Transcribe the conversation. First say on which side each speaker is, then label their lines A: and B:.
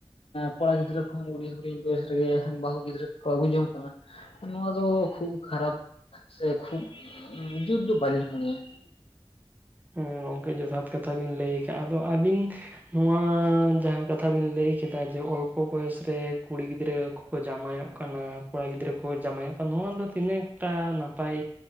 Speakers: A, on the left; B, on the right.
A: ᱠᱚᱲᱟ ᱜᱤᱫᱽᱨᱟᱹ ᱠᱚᱦᱚᱸ ᱦᱩᱰᱤᱧ ᱦᱩᱰᱤᱧ ᱵᱚᱭᱮᱥ ᱨᱮᱜᱮ ᱵᱟᱹᱦᱩ ᱜᱤᱫᱽᱨᱟᱹ ᱠᱚᱠᱚ ᱟᱹᱜᱩ ᱡᱚᱝ ᱠᱟᱱᱟ ᱱᱚᱣᱟ ᱫᱚ ᱠᱷᱩᱵᱽ ᱠᱷᱟᱨᱟᱯ ᱥᱮ ᱠᱷᱩᱵᱽ ᱡᱩᱛ ᱫᱚ ᱵᱟᱹᱞᱤᱧ ᱢᱚᱱᱮᱭᱟ ᱾
B: ᱦᱮᱸ ᱜᱚᱝᱠᱮ ᱡᱚᱛᱷᱟᱛ ᱠᱟᱛᱷᱟ ᱵᱤᱱ ᱞᱟᱹᱭ ᱠᱮᱜᱼᱟ ᱾ ᱟᱫᱚ ᱟᱹᱵᱤᱱ ᱱᱚᱣᱟ ᱡᱟᱦᱟᱸ ᱠᱟᱛᱷᱟ ᱵᱤᱱ ᱞᱟᱹᱭ ᱠᱮᱫᱟ ᱡᱮ ᱚᱞᱯᱚ ᱵᱚᱭᱚᱥ ᱨᱮ ᱠᱩᱲᱤ ᱜᱤᱫᱽᱨᱟᱹ ᱠᱚᱠᱚ ᱡᱟᱢᱟᱭᱚᱜ ᱠᱟᱱᱟ ᱠᱚᱲᱟ ᱜᱤᱫᱽᱨᱟᱹ ᱠᱚ ᱡᱟᱢᱟᱭ ᱾ ᱱᱚᱣᱟ ᱫᱚ ᱛᱤᱱᱟᱹᱜᱴᱟ ᱱᱟᱯᱟᱭ